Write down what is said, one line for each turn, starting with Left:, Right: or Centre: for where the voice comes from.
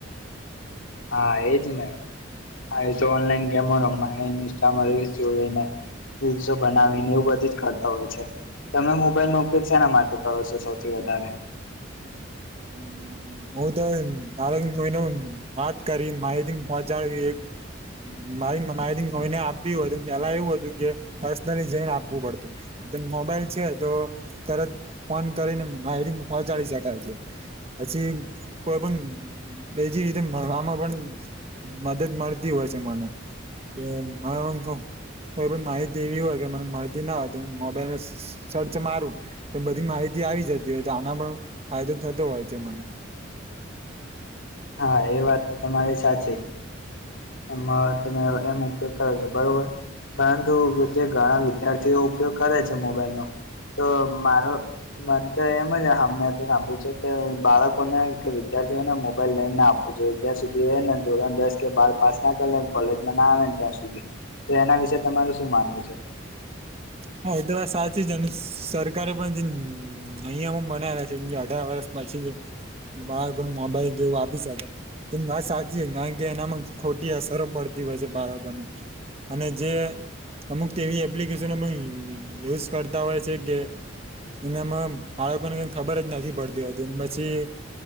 Left: હા એજ ને હ તો ઓનલાઈન ગેમો રમ ઇન્સ્ટામાં ર જોને દિવસો બનાવીને એવું બધું જ કરતા હોય છે તમે મોબાઈલ નોકેલ છે એના માટે કરો છો સૌથી વધારે
Right: હમ હું તો એને વાત કરી માહિતી પહોચાડ એક મારી મારી કોઈને આપવી હોય પેલા એવું હતું કે પર્સનલી જઈને આપવું પડતું મોબાઈલ છે તો તરત ફોન કરીને માયરિંગ પોહચાડી શકાય છે અછ કો પણ એજી રીતે આમાં પણ મદદ મળતી હોય છે મને કે કો પણ માહિતી એવી હોય કે મને મળતી ના હોય તો મોબાઈલ સર્ચ મારું એ બધી માહિતી આવી જતી હોય તો આના પણ ફાયદો થતો હોય છે મને
Left: હા એ વાત તો તમારી સાચી એમાં તમે એમ ઉપયોગ કરો છેો બરોબર પરંતુ જે ઘણા વિદ્યાર્થીઓ ઉપયોગ કરે છે મોબાઈલનોો તો મારો મન તો એમ જ અમે તો સાંભળ્યું છે કે બાળકોને કે વિદ્યાર્થીઓને મો બ લ ના આપવું જોઈએ જ્યાં સુધી એને ધોરણ દસ કે બાર પાસ ના કર લે કોલેજમાં ના આવે ત્યાં સુધી તો એના વિશે તમારું શું માનવું છે
Right: હા એ તો વાત સાચી છે અને સરકારે પણ જે નિયમો બનાવ્યા છે જે અઢાર વર્ષ પછી મારા કો મોબાઈલ જેવું આપી શકે આ સાચી કારણ કે એનામાં ખોટી અસરો પડતી હોય છે બાળકોને અને જે અમુક તેવી એપ્લિકેશનો બ ગ એવુંજ કરતા હોય છે કે એનામાં બાળકોને કઈ ખબર જ નથી પડતી હોતી પછી